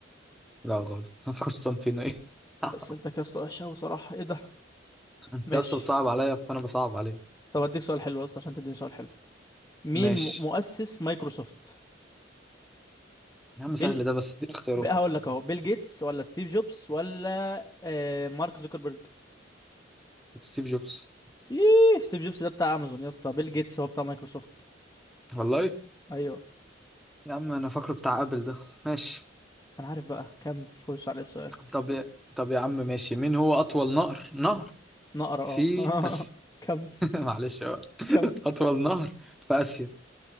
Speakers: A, in the centre; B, on the left (about 15°).
A: لا غلط <laughs> القسطنطينية <laughs>
B: اسئلتك يا اسطى وحشه وصراحه ايه ده
A: انت
B: ماشي
A: اصلا بتصعب عليا فانا بصعب عليك
B: طب اديك سؤال حلو يا اسطى عشان تديني سؤال حلو مين
A: ماشي
B: م- مؤسس مايكروسوفت
A: يا عم
B: بيل
A: سهل ده بس اديني اختيارات
B: بقى هقول لك اهو بيل جيتس ولا ستيف جوبز ولا آه مارك زوكربيرج
A: ستيف جوبز
B: ايه ستيف جوبز ده بتاع امازون يا اسطى بيل جيتس هو بتاع مايكروسوفت
A: والله
B: ايوه
A: يا عم انا فاكره بتاع ابل ده ماشي
B: انا عارف بقى كمل خش عليه بسؤال
A: طب يا- طب يا عم ماشي مين هو اطول نهر نهر
B: نقرا
A: في
B: اه
A: اسيا
B: <laughs> كمل
A: <laughs> معلش بقى
B: كمل
A: <laughs> اطول نهر في اسيا